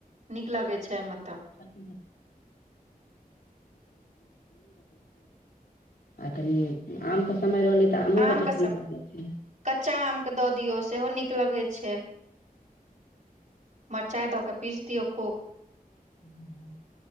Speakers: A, on the right (about 55°); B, on the left (about 80°).
A: नीक लगै छै मतलब
B: <unintelligible> आ कनि आमके समय रहलै तऽ आमोे
A: आम
B: चटनी
A: के सम
B: द दै छि यै
A: कच्चा आमके दऽ दियौ सेहो नीक लगै छै मरचाइ दऽ कऽ पीसि दियौ खूब
B: <inaudible> <inaudible> <unintelligible>